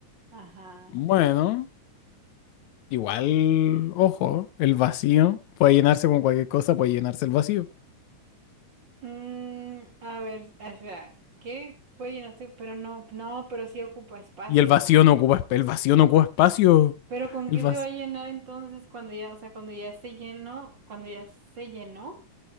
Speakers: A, on the right (about 40°); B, on the left (about 70°).
A: Ajá.
B: Bueno, igual, ojo, el vacío puede llenarse con cualquier cosa, puede llenarse el vacío.
A: Mm, a ver, espera, ¿qué puede llenarse? Pero no, no, pero sí ocupa espacio.
B: Y el vacío no ocupa, esp- el vacío no ocupa espacio.
A: Pero ¿con
B: El
A: qué
B: vacío,
A: se va a llenar entonces cuando ya, o sea, cuando ya se llenó, cuando ya se llenó,